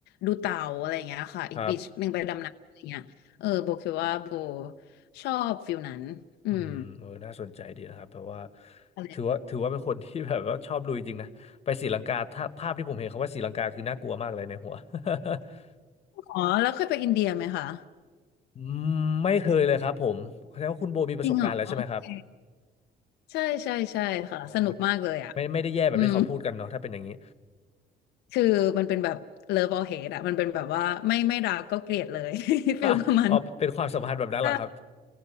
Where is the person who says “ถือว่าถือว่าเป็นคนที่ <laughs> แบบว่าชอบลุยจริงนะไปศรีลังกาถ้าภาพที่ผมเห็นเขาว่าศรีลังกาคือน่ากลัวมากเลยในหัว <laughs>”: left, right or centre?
Left